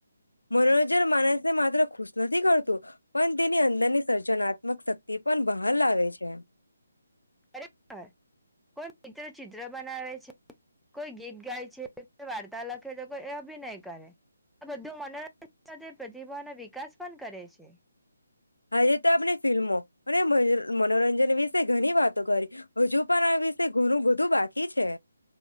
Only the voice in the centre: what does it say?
ખરે કોઈ મિત્ર ચિત્ર બનાવે છે, કોઈ ગીત ગાય છે વાર્તા લખે તો કો એ અભિનય કરે, બધું મનોરંજન સાથે પ્રતિભાનો વિકાસ પણ કરે છે.